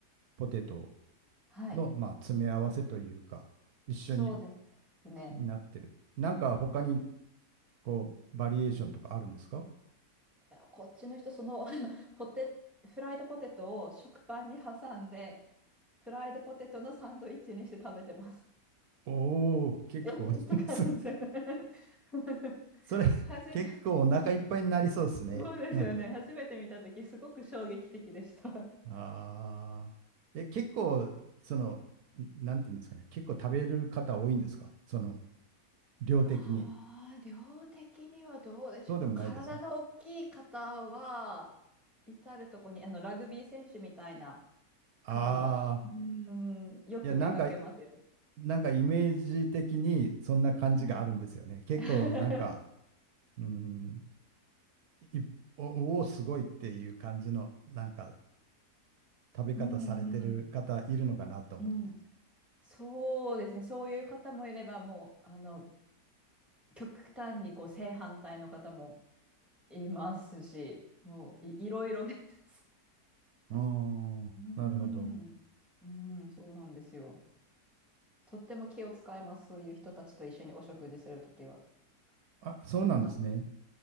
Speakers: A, on the right; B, in the centre.
A: ポテト
B: はい。
A: の、まあ、詰め合わせというか、一緒に
B: そうですね。
A: なってる。なんか他に、こう、バリエーションとかあるんですか
B: いや、こっちの人、その <laughs> ポテ、フライドポテトを食パンに挟んで、フライドポテトのサンドイッチにして食べてます。
A: おお、
B: <laughs>
A: 結構
B: えって感じですよね
A: <laughs> そ
B: <laughs>
A: それ、
B: はじめ、
A: 結構お腹いっぱいになりそうですね。
B: <laughs> そうですよね。
A: なんか、
B: 初めて見たとき、すごく衝撃的でした
A: ああ。え、結構、その、んなんていうんですかね、結構食べる方多いんですかその、量的に。
B: ああ、量的にはどうでしょう。
A: そうでもないです。
B: まあ、体の大きい方は、至るとこに、あの、ラグビー選手みたいな
A: ああ、
B: 方も、うーん、よく目かけますよ。
A: いや、なんか、なんかイメージ的にそんな感じがあるんですよね。
B: はい。
A: 結構、
B: <laughs>
A: なんか、うん、いおおすごいっていう感じのなんか食べ方されてる方いるのかなと思って。
B: うんうん、うん。そうですね。そういう方もいれば、もう、あの、極端にこう正反対の方もいますし、もうい、いろいろです。
A: ああ、
B: うん、
A: なるほど。
B: うん、そうなんですよ。とっても気を使います。そういう人たちと一緒にお食事するときは。
A: あ、そうなんですね。
B: あこの、